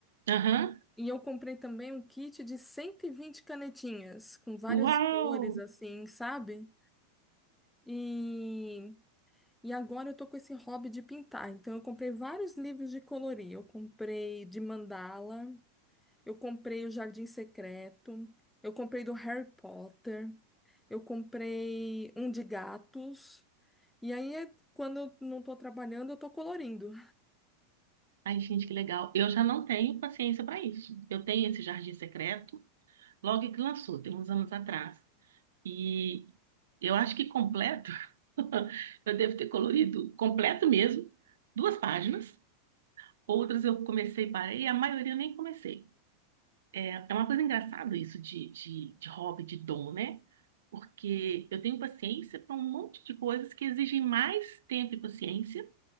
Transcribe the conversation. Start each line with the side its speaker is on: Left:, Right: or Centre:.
Right: Aham.
Centre: E eu comprei também um kit de 120 canetinhas, com várias
Right: Uau!
Centre: cores, assim, sabe? E E agora eu tô com esse hobby de pintar. Então eu comprei vários livros de colorir. Eu comprei de mandala, eu comprei o Jardim Secreto, eu comprei do Harry Potter, eu comprei um de gatos. E aí, é- quando eu não tô trabalhando, eu tô colorindo.
Right: Ai, gente, que legal. Eu já não tenho paciência para isso. Eu tenho esse Jardim Secreto, logo que lançou, tem uns anos atrás. E eu acho que completo, <laughs> eu devo ter colorido completo mesmo, duas páginas. Outras eu comecei e parei, a maioria eu nem comecei. É, é uma coisa engraçada isso de, de, de hobby, de dom, né? Porque eu tenho paciência para um monte de coisas que exigem mais tempo e paciência